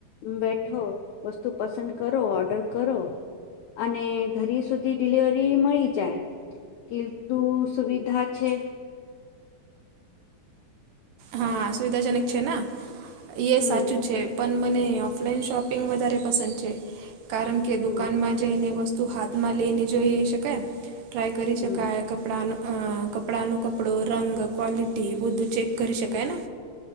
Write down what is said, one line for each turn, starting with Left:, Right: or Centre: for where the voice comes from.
Left: બેઠો વસ્તુ પસંદ કરો ઓર્ડર કરો. અને ઘરી સુધી ડિલિવરી મળી જાય કે તું સુવિધા. છે.
Right: હા સુવિધાજનક છે ને એ
Left: હમ
Right: સાચું છે. પણ મને ઓફલાઈન શોપિંગ વધારે પસંદ છે કારણ કે દુકાનમાં
Left: હમ
Right: જ. જઈને વસ્તુ હાથમાં લઈને જોઈ શકાય ટ્રાય કરી
Left: હમ
Right: શકાય. કપડાનું અ કપડા ન કપડો રંગ ક્વલિટી એ બધું ચેક કરી શકાય ને.